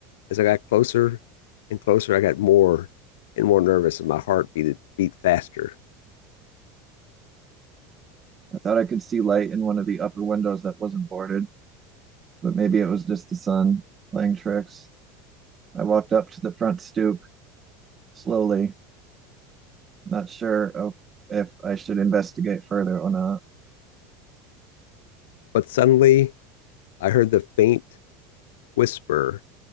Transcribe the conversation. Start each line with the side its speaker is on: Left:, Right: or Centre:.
Left: as I got closer and closer, I got more and more nervous and my heart beat, beat faster.
Right: I thought I could see light in one of the upper windows that wasn't boarded, but maybe it was just the sun playing tricks. I walked up to the front stoop slowly, not sure of if I should investigate further or not.
Left: But suddenly I heard the faint whisper